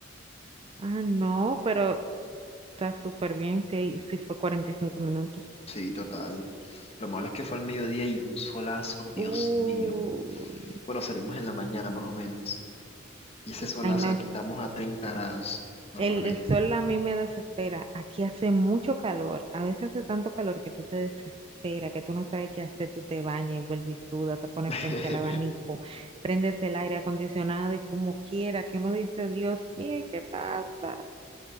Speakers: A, on the right (about 25°); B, on the left (about 30°).
A: Ah, no, pero está súper bien. Sí, sí fue 45 minutos.
B: Sí, total. Lo malo es que fue al mediodía y un solazo, Dios
A: Uy.
B: mío. Bueno, salimos en la mañana más o menos. Y ese solazo
A: Ay, no,
B: aquí estamos a 30 grados normalmente.
A: El, el sol a mí me desespera. Aquí hace mucho calor. A veces hace tanto calor que tú te desesperas, que tú no sabes qué hacer. Tú te bañas y vuelves y sudas, te pones
B: <laughs>
A: frente al abanico, prendes el aire acondicionado y como quiera, que uno dice, Dios mío, ¿qué pasa?